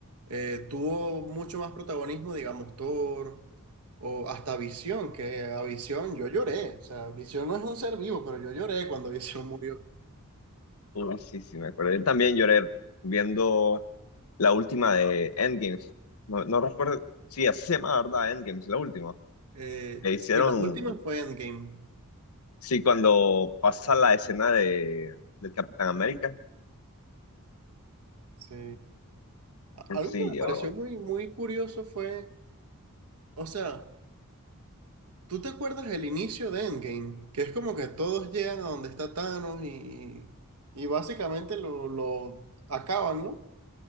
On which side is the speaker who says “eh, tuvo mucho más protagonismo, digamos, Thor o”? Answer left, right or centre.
Right